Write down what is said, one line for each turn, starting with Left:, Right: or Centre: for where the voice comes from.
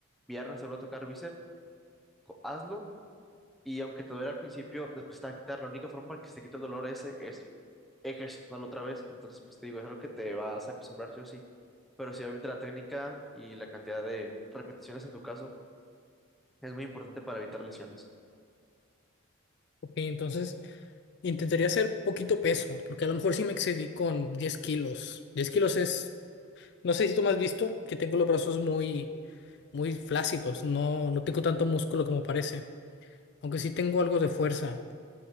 Centre: viernes solo a tocar bíceps, co- hazlo. Y aunque te duele al principio, después te va a quitar. La única forma para que se te quite el dolor ese es ejercitándolo otra vez. Entonces, pues te digo, es algo que te vas a acostumbrar, sí o sí. Pero sí, obviamente la técnica y la cantidad de repeticiones en tu caso es muy importante para evitar lesiones.
Left: Ok, entonces... Intentaría hacer poquito peso, porque a lo mejor sí me excedí con 10 kilos. diez kilos es, no sé si tú me has visto, que tengo los brazos muy, muy flácidos, no, no tengo tanto músculo como parece, aunque sí tengo algo de fuerza.